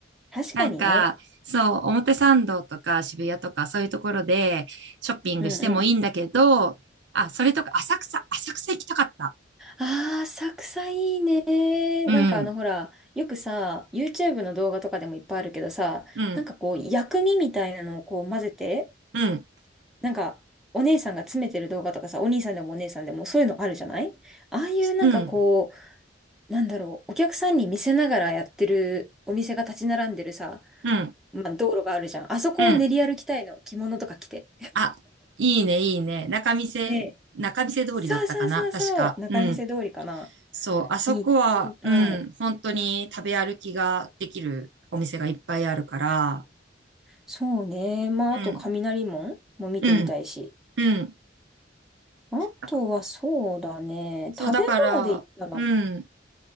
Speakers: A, in the centre; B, on the right.
A: 確かにね。
B: なんか、そう、表参道とか渋谷とかそういうところでショッピングしてもいいんだけど、
A: うんう
B: あ、それとか浅草、浅草行きたかった。
A: ん。ああ、浅草いいね。
B: うん、
A: なんかあのほら、よくさ、YouTube の動画とかでもいっぱいあるけどさ、
B: うん、
A: なんかこう薬味みたいなのをこう混ぜて、
B: うん、
A: なんか、お姉さんが詰めてる動画とかさ、お兄さんでもお姉さんでもそういうのあるじゃないああいうなんかこ
B: うん、
A: う、なんだろう、お客さんに見せながらやってるお店が立ち並んでるさ、
B: うん、
A: まあ、道路があるじゃん。あそこを練り歩きたいの、
B: うん。
A: 着物とか着て。
B: あ、いいね、いいね。仲見世、
A: ねえ、
B: 仲見世通りだったかな、
A: そうそうそうそう、
B: 確か。
A: 仲見世通りかな
B: うん。そう、あそこは、
A: に行ってみたい。
B: うん、本当に食べ歩きができるお店がいっぱいあるから、
A: そうね。まあ、
B: うん、
A: あと雷門も見てみたいし。
B: うん、うん。
A: あとはそうだね。
B: なんかそう、
A: 食べ物で言ったら、
B: だから、うん、